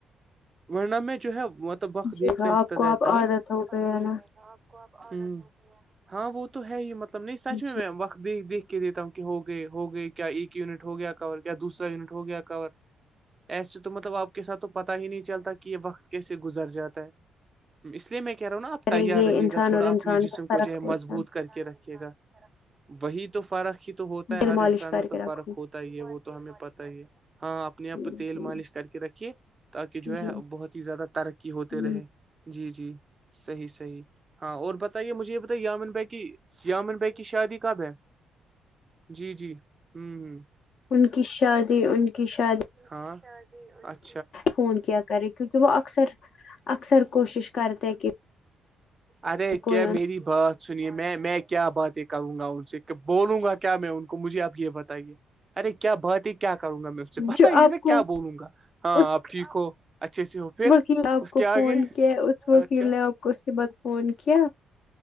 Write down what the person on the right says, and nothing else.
ورنم میں جو ہے وہت تو وقت
دیکتاتا
رہتا ہوں
پ
چلے
گا ہوں ہاں وہ تو ہے ہی مطلب نہیں سچ
میں میں وقت دیکھ دیکھ کے دیتا ہوں ہو گئے ہو گئے کیا ایک یونٹ ہو گیا کور کیا دوسرا یونٹ ہو گیا کور ایسے تو مطلب آپ کے ساتھ تو پتا ہی نہیں چلتا کہ یہ وقت کیسے گزر جاتا ہے اس لیے میں کہہ رہا ہوں نا آپ
تیار
رہیے
گا تھوڑا
اپنے
جسم
کو جو ہے
مضبوط کر کے رکھیے گا وہی تو فرق ہی تو ہوتا ہے
ہر
انسان
میں
تو
فرق ہوتا پ ہی ہے وہ تو ہمیں پتتا ہی ہے ہاں اپنی
تیل مالش کر کے رکھیے تاکہ جو
ہے بہت ہی زیادہ ترقی ہوتے
رہے جی جی صحیح صحیح ہاں اور بتائیے مجھے یہ بتائیے یامن بھائی کی یامن بھائی کی شادی کب ہے جی جی ہوں ہوں
ہاںچ
ارے کیا
میری بات سنیے میں میں کیا باتیں کروں گا ان سے کہ بولوں گا کیا میں ان کو مجھے آپ یہ بتائیے ارے کیا بات ہے کیا کروں گا میں اس سے بتائیے
نا
کیا بولوں گا ہاں
آپ ٹھیک ہو اچھے سے ہو پھر
اس
کے آگے
اچھا